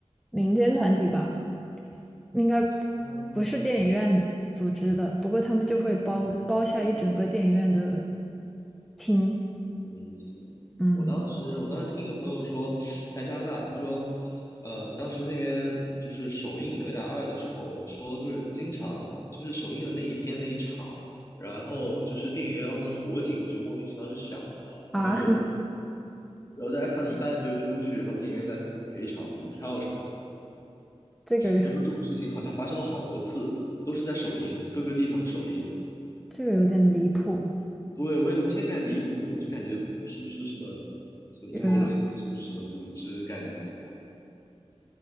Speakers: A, in the centre; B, on the left (about 30°).
A: 民间团体吧，应该
B: 哦，
A: 不是电影院组织的，不过他们就会包包下一整个电影院的
B: 那还挺
A: 厅。
B: 挺有意思的。
A: 嗯
B: 我当时我当时听一个朋友说，他在加拿大，他说，呃，当时那边就是首映《哪吒二》的时候，说就是经常就是首映的那一天那一场，然后就是电影院外面的火警就莫名其妙就响了，
A: 啊，
B: 然后就然后大家看到一半就出去，然后电影院在赔偿补票什么的。
A: <laughs> 这个
B: 人说这种事情好像发生了好多次，都是在首映，各个地方的首映。
A: 这个有点离谱，
B: 对，我有天感离谱，我就感觉是不是什么什么阴谋论家，
A: 有人
B: 是不是什么组织干的怎样？